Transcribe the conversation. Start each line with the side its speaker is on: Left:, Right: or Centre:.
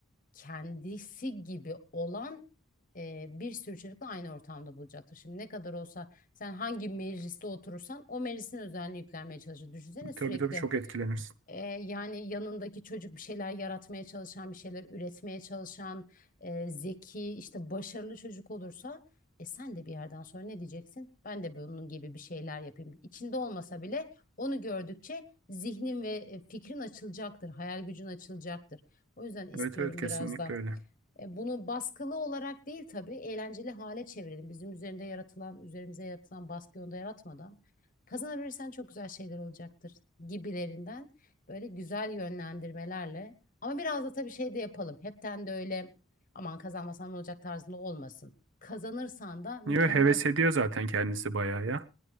Left: kendisi gibi olan e, bir sürü çocukla aynı ortamda bulacaktır. Şimdi ne kadar olsa sen hangi mecliste oturursan o meclisin özelliğini yüklenmeye çalışır. Düşünsene sürekli
Right: Tabii tabii çok etkilenirsin.
Left: e, yani yanındaki çocuk bir şeyler yaratmaya çalışan, bir şeyler üretmeye çalışan, e, zeki, işte başarılı çocuk olursa e sen de bir yerden sonra ne diyeceksin? Ben de bunun gibi bir şeyler yapayım. İçinde olmasa bile onu gördükçe zihnin ve e, fikrin açılacaktır, hayal gücün açılacaktır. O yüzden istiyorum
Right: Evet evet kesinlikle
Left: biraz da.
Right: öyle.
Left: E, Bunu baskılı olarak değil tabii eğlenceli hale çevirelim. Bizim üzerinde yaratılan, üzerimize yaratılan baskıyı onda yaratmadan kazanabilirsen çok güzel şeyler olacaktır gibilerinden böyle güzel yönlendirmelerle. Ama biraz da tabii şey de yapalım. Hepten de öyle aman kazanmasan ne olacak tarzında olmasın. Kazanırsan da mükemmel.
Right: Niye heves ediyor zaten kendisi bayağı ya.